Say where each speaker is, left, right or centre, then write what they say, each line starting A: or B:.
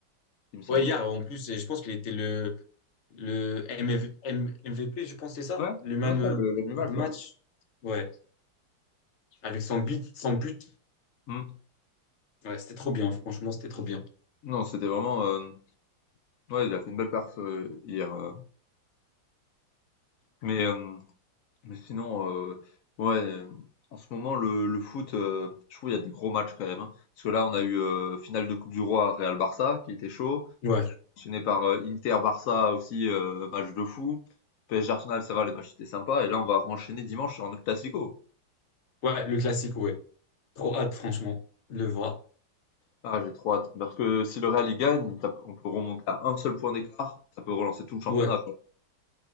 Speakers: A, on the left; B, on the left.
A: il me semble.
B: Ouais, hier, en plus, et je pense qu'il était le, le M MV M- MVP, je pense, c'est ça?
A: Ouais,
B: Le man
A: ouais ça,
B: euh,
A: le- l'homme du
B: of
A: match,
B: the match?
A: ouais.
B: Ouais, avec son but, son but.
A: Hmm.
B: Ouais, c'était trop bien, franchement, c'était trop bien.
A: Non, c'était vraiment. euh, Ouais, il a fait une belle perf euh, hier. euh. Mais, euh, mais sinon, euh, ouais, euh, en ce moment, le, le foot, euh, je trouve qu'il y a des gros matchs quand même. hein. Parce que là, on a eu euh, finale de Coupe du Roi Real-Barça, qui était chaud.
B: Ouais,
A: Enchaîné par euh, Inter-Barça aussi, euh, match de fou. PSG Arsenal, ça va, les matchs étaient sympas. Et là, on va enchaîner dimanche sur un autre Classico.
B: ouais, le classique, ouais. Trop hâte, franchement, de le voir.
A: Ah, j'ai trop hâte. Parce que si le Real il gagne, ça peut- on peut remonter à un seul point d'écart, ça peut relancer tout le championnat,
B: Ouais.
A: quoi.